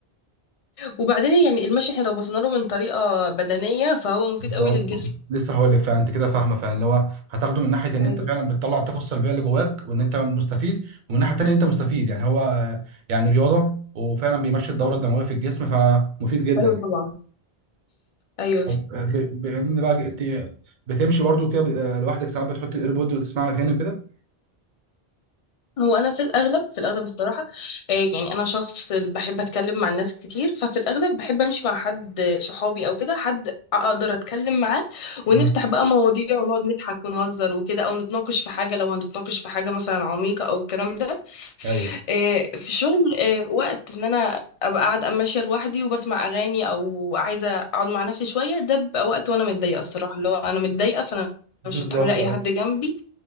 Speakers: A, on the left; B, on the right.
A: وبعدين يعني المشي احنا لو بصينا له من طريقه بدنيه فهو مفيد
B: بالظبط
A: قوي للجسم
B: لسه هقول لك فانت كده فاهمه فاللي هو هتاخده من ناحيه ان
A: ايوه
B: انت فعلا بتطلع الطاقه السلبيه اللي جواك وان انت مستفيد ومن الناحيه التانيه انت مستفيد يعني هو آه، يعني رياضه وفعلا بيمشي الدوره الدمويه في الجسم فمفيد جدا
A: ايوه
B: يعني
A: طبعا ايوه
B: طب آه، ب- بما ان بقى ت- بتمشي برضه كده آه، لوحدك ساعات بتحط الايربودز وتسمعها هنا كده
A: هو انا في الاغلب في الاغلب الصراحه آه، يعني انا شخص بحب اتكلم مع الناس كتير ففي الاغلب بحب امشي مع حد آه، صحابي او كده حد اقدر اتكلم معاه
B: مم.
A: ونفتح بقى مواضيع ونقعد نضحك ونهزر وكده او نتناقش في حاجه لو هنتناقش في حاجه مثلا عميقه او الكلام ده
B: ايوه
A: آه، في الشغل آه، وقت ان انا ابقى قاعده ماشيه لوحدي وبسمع اغاني او عايزه اقعد مع نفسي شويه ده بيبقى وقت وانا متضايقه الصراحه اللي هو انا متضايقه فانا
B: بالظبط
A: مش مستحمله اي حد جنبي